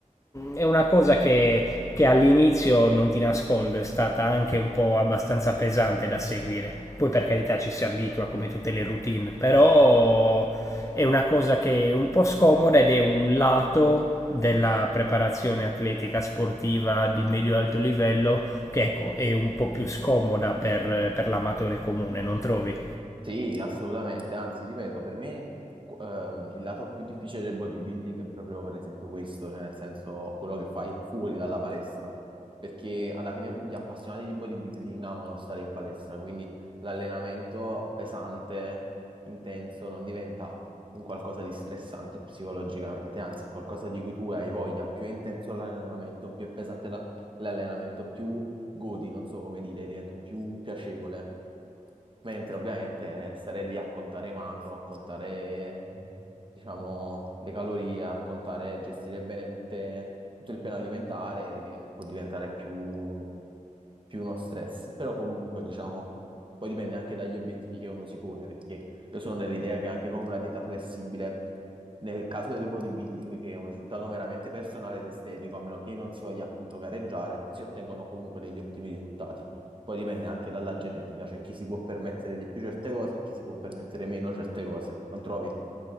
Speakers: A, on the left (about 20°); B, on the right (about 35°).
A: È una cosa che, che all'inizio, non ti nascondo, è stata anche un po' abbastanza pesante da seguire. Poi per carità ci si abitua come tutte le routine, però è una cosa che è un po' scomoda ed è un lato della preparazione atletica sportiva di medio-alto livello che ecco, è un po' più scomoda per, per l'amatore comune, non trovi?
B: Sì, assolutamente, anzi, ripeto, per me qu- ehm, il lato più difficile del bodybuilding è proprio per esempio questo, cioè nel senso quello che fai fuori dalla palestra, perché alla fine gli appassionati di bodybuilding amano stare in palestra, quindi l'allenamento pesante, intenso, non diventa un qualcosa di stressante psicologicamente, anzi, è qualcosa di cui tu hai voglia, più è intenso l'allenamento, più è pesante la- l'allenamento, più godi, non so come dire, diventa più piacevole. Mentre ovviamente eh, stare lì a contare i macro, a contare, diciamo, le calorie, a contare, gestire bene tutte- tutto il piano alimentare diven- può diventare più, più uno stress. Però comunque, diciamo, poi dipende anche dagli obiettivi che uno si pone, perché io sono dell'idea che anche con una dieta flessibile, nel caso del bodybuilding, che è un risultato meramente personale ed estetico, a meno che non si voglia appunto gareggiare, si ottengono comunque degli ottimi risultati. Poi dipende anche dalla genetica, cioè chi si può permettere di più certe cose e chi si può permettere meno certe cose, non trovi?